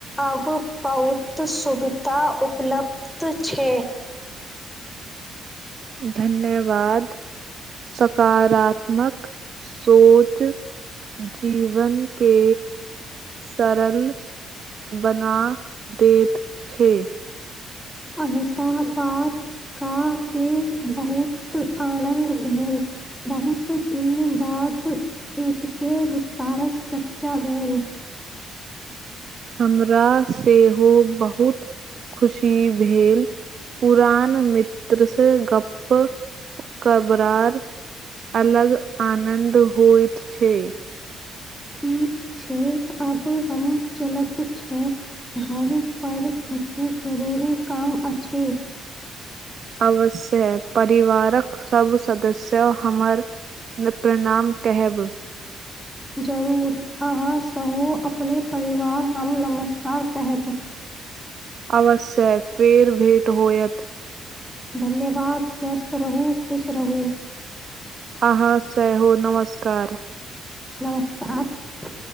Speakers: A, in the centre; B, on the right.
A: अब बहुत सुविधा उपलब्ध छै।
B: धन्यवाद, सकारात्मक सोच जीवन के सरल बना दैत छै।
A: अहस पाताके बहुत आनन्द भेल बहुत दिन बाद एतके विस्तारस चर्चा भेल
B: हमरा सेहो बहुत खुशी भेल पुरान मित्रसँ गप्प कबरार अलग आनन्द होइत छै।
A: ठीक छै आब हम चलैत छै घर पर किछु जरूरी काम अछि।
B: अवश्य हय परिवारक सब सदस्य हमर न प्रणाम केहेब।
A: जरूर, अहाँ सहो अपने परिवार हम नमस्कार केहेब।
B: अवश्य फेर भेट होयत।
A: धन्यवाद स्वस्थ रहु, खुश रहु।
B: अहाँ सेहो नमस्कार।
A: नमस्कार।